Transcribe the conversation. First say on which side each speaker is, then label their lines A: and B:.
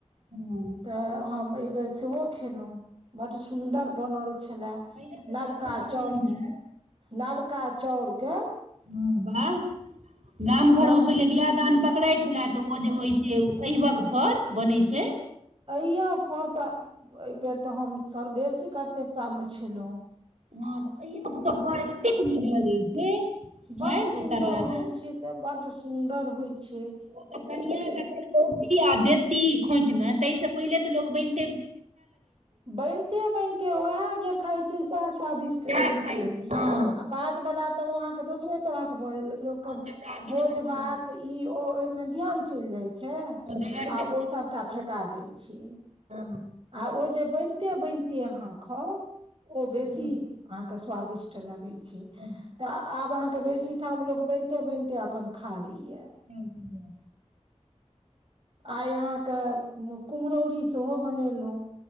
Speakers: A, on the right; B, on the right.
A: हँ
B: तऽ हम एहि बेेर सेहो खेलौ बड सुन्दर बनल छले
A: पहिले तऽ
B: नवका
A: गाम घरमे
B: चाउर
A: ने
B: नबका चाउरके
A: ह बाह गाम
B: नव
A: घरमे पहिले बियाह दान पकड़ै छले तऽ ओ जे होय छै अहिबक फर बनै छै
B: अहिया फर तऽ एहि बेर तऽ हम बेसी कर्तव्यता मे छलौं
A: हँ अहियब के फर एतेक नीक लगै छै
B: बड्ड
A: हें त
B: सुन्दर
A: तरलाहा
B: होइ छै तऽ बड सुंदर होय छै
A: ओ तऽ कनिया जखन औती आ देती खोंचि मे ताहिसँ पहिले तऽ लोग बनि
B: बनिते बनिते वएह जे खाय छियै सएह स्वादिष्ट
A: सएह
B: रहै
A: खाइ
B: छै
A: हँ
B: आ बाद वाला तऽ ओ अहाँके दोसरे तरह के भऽ लोकके
A: ओ तटा विधवा
B: भोज
A: हँ
B: भात ई ओ ओहिमे ध्यान चलि जाय छै
A: ओ बेगरते
B: आ ओ सभटा फेका जाय छै
A: आ
B: आ ओ जे बनिते बनिते अहाँ खाउ ओ बेसी
A: हँ
B: अहाँ क स्वादिष्ट लगै छै
A: बड्ड
B: तऽ आब अहांके बेसी ठाम लोग बनिते बनिते अपन खा ले ये
A: स्वादिष्ट
B: आय अहाँके कुम्हरौरी सेहो बनेलौ